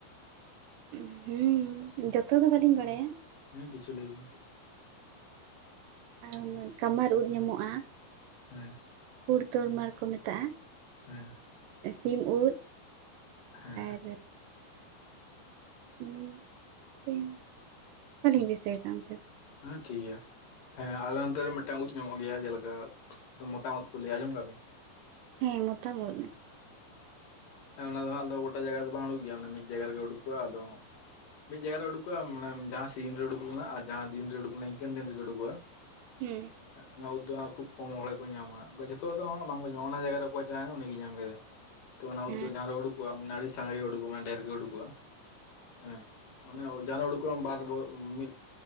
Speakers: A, on the right (about 75°); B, on the left (about 55°).
A: ᱩᱸ ᱦᱩᱸ ᱡᱚᱛᱚ ᱫᱚ ᱵᱟᱹᱞᱤᱧ ᱵᱟᱲᱟᱭᱟ,
B: ᱦᱮᱸ ᱠᱤᱪᱷᱩ ᱞᱟᱹᱭ ᱵᱤᱱ᱾
A: ᱟᱢ ᱠᱟᱢᱟᱨ ᱳᱫᱽ ᱧᱟᱢᱚᱜᱼᱟ᱾
B: ᱦᱮᱸ
A: ᱯᱩᱸᱴ ᱛᱚᱨ ᱢᱟᱲ ᱠᱚ ᱢᱮᱛᱟᱜᱼᱟ᱾
B: ᱦᱮᱸ
A: ᱥᱤᱢ ᱩᱫ
B: ᱦᱮᱸ
A: ᱟᱨ <unintelligible> ᱵᱟᱹᱞᱤᱧ ᱫᱤᱥᱟᱹᱭ ᱫᱟ ᱚᱱᱛᱮ ᱫᱚ
B: ᱦᱮᱸ ᱴᱷᱤᱠ ᱜᱮᱭᱟ ᱦᱮᱸ ᱟᱞᱮ ᱚᱱᱛᱮ ᱨᱮ ᱢᱤᱫᱴᱟᱝ ᱩᱫ ᱧᱟᱢᱚᱜ ᱜᱮᱭᱟ ᱡᱮᱞᱮᱠᱟ ᱢᱚᱛᱟᱢ ᱩᱫ ᱠᱚ ᱞᱟᱹᱭᱟ ᱟᱸᱡᱚᱢ ᱠᱟᱜ-ᱟ ᱵᱤᱱ
A: ᱦᱮᱸ ᱢᱚᱛᱟᱢ ᱳᱫᱽ᱾
B: ᱦᱮᱸ ᱚᱱᱟ ᱫᱚ ᱦᱟᱜ ᱫᱚ ᱜᱚᱴᱟ ᱡᱟᱭᱜᱟ ᱨᱮᱫᱚ ᱵᱟᱝ ᱩᱰᱩ ᱜᱮᱭᱟ ᱢᱤᱫ ᱡᱟᱭᱜᱟ ᱨᱮᱜᱮ ᱩᱰᱩᱠᱚᱜᱼᱟ, ᱟᱫᱚ ᱢᱤᱫ ᱡᱟᱭᱜᱟ ᱨᱮ ᱩᱰᱩᱠᱚᱜᱼᱟ ᱢᱟᱱᱮ ᱡᱟᱦᱟᱸ ᱥᱤᱡᱤᱱ ᱨᱮ ᱩᱰᱩᱠ ᱞᱮᱱᱟ ᱟᱨ ᱡᱟᱦᱟᱸ ᱫᱤᱱ ᱨᱮ ᱩᱰᱩᱠ ᱞᱮᱱᱟ ᱤᱱᱠᱟᱹᱱ ᱫᱤᱱ ᱨᱮᱜᱮ ᱩᱰᱩᱠᱚᱼᱟ᱾
A: ᱦᱩᱸ
B: ᱚᱱᱟ ᱩᱫᱽ ᱫᱚ ᱠᱷᱩᱵ ᱠᱚᱢ ᱦᱚᱲ ᱜᱮ ᱠᱚ ᱧᱟᱢᱟ ᱚᱱᱠᱟ ᱡᱷᱚᱛᱚ ᱦᱚᱲ ᱫᱚ ᱦᱚᱸ ᱵᱟᱝᱠᱚ ᱧᱟᱢᱟ ᱚᱱᱟ ᱡᱟᱭᱜᱟ ᱨᱮ ᱚᱠᱚᱭ ᱪᱟᱞᱟᱣᱱᱟ ᱩᱱᱤᱜᱮᱭ ᱧᱟᱢ ᱠᱮᱫᱟᱭ᱾ ᱛᱚ ᱚᱱᱟ
A: ᱦᱮᱸ
B: ᱩᱫᱽ ᱫᱚ ᱡᱟᱦᱟᱸ ᱨᱮ ᱩᱰᱩᱠᱚᱜ-ᱟ ᱟᱹᱰᱤ ᱥᱟᱸᱜᱮ ᱜᱮ ᱩᱰᱩᱚᱜᱼᱟ ᱰᱷᱮᱨ ᱜᱮ ᱩᱰᱩᱚᱜᱼᱟ᱾ ᱦᱮᱸ ᱢᱟᱱᱮ ᱡᱟᱦᱟᱸ ᱨᱮ ᱩᱰᱩᱠᱚᱜ ᱟᱢ ᱵᱟᱨ ᱵᱚ ᱢᱤᱫ